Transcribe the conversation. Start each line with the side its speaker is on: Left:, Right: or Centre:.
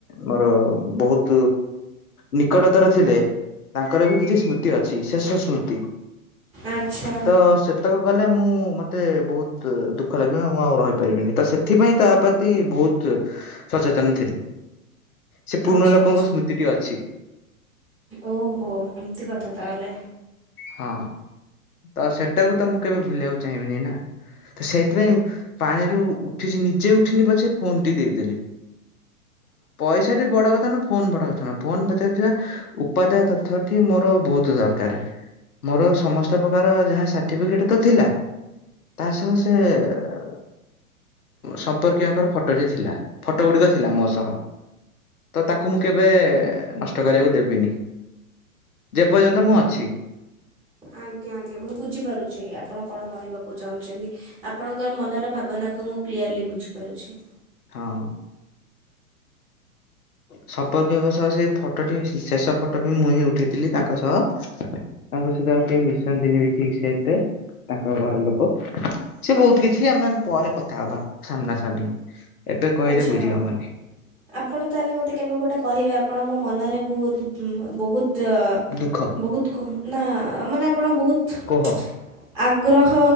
Left: ମୋର ବହୁତ ନିକଟତର ଥିଲେ। ତାଙ୍କର ବି କିଛି ସ୍ମୃତି ଅଛି। ଶେଷ ସ୍ମୃତି।
Centre: ଆଚ୍ଛା
Left: ତ ସେତକ ଗଲେ ମୁଁ ମୋତେ ବହୁତ ଦୁଃଖ ଲାଗିବ ମୁଁ ଆଉ ରହିପାରିବିନି। ତ ସେଥିପାଇଁ ତା ପ୍ରତି ବହୁତ ସଚେତନ ଥିଲି। ସେ ପୁରୁଣା
Centre: ଆଚ୍ଛା
Left: ଲୋକଙ୍କ
Centre: ଆଚ୍ଛା
Left: ସ୍ମୃତିଟି ଅଛି।
Centre: ଓହୋ! ଏମିତି କଥା ତାହେଲେ।
Left: ହଁ ତ ସେଟାକୁ ତ ମୁଁ କେବେ ଭୁଲିବାକୁ ଚାହିଁବିନି ନା। ତ ସେଇଥିପାଇଁ ପାଣିରୁ ଉଠିଚି, ନିଜେ ଉଠିନି ପଛେ ଫୋନ୍ ଟି ଦେଇଦେଲି। ପଇସାଟି ବଡ କ ଥା ନ, ଫୋନ ବଡ କଥା ନ। ଫୋନ୍ ଭିତରେ ଥିବା ଉପାଦାୟ ତଥ୍ୟ ଟି ମୋର ବହୁତ ଦରକାର। ମୋର ସମସ୍ତ ପ୍ରକାର ଯାହା ସଟିଫିକେଟ୍ ତ ଥିଲା। ତା ସହ ସେ ଉ, ସମ୍ପର୍କୀୟଙ୍କର ଫଟୋ ବି ଥିଲା। ଫଟୋ ଗୁଡିକ ଥିଲା ମୋ ସହ। ତ ତାକୁ ମୁଁ କେବେ ନଷ୍ଟ କରିବାକୁ ଦେବିନି। ଯେପର୍ଯ୍ୟନ୍ତ ମୁଁ ଅଛି।
Centre: ଆଜ୍ଞା ଆଜ୍ଞା ମୁଁ ବୁଝିପାରୁଚି ଆପଣ କଣ କହିବାକୁ ଚାହୁଁଚନ୍ତି। ଆପଣଙ୍କର ମନର ଭାବନା କୁ ମୁଁ କ୍ଲିୟରଲି ବୁଝି ପାରୁଛି।
Left: ହଁ। ସମ୍ପର୍କୀୟଙ୍କ ସହ ସେ ଫଟୋଟି ଶେ-ଶେଷ ଫଟୋ ବି ମୁଁହି ଉଠେଇଥିଲି ତାଙ୍କ ସହ। ତାଙ୍କ ସହିତ ଆଉ କେହି ମିଶନ୍ତିନି ବି ଠିକ ସେ ଏତେ। ତାଙ୍କ ଘର ଲୋକ ସେ ବହୁତ କିଛି ଆମେ ପରେ କଥା ହବା ସାମ୍ନା ସାମ୍ନି। ଏବେ କହିଲେ
Centre: ଆଚ୍ଛା
Left: ବୁଝି
Centre: ହଉ
Left: ହବନି।
Centre: ଆପଣ ତାହେଲେ ମୋତେ କେବେ ଗୋଟେ କହିବେ ଆପଣ ମୋ ମନରେ ବହୁତ ଉଁ, ବହୁତ ତ
Left: ଦୁଃଖ
Centre: ବହୁତ କ- ନା ମାନେ ଆପଣ ବହୁତ ଆ
Left: କୁହ
Centre: ଆଗ୍ରହ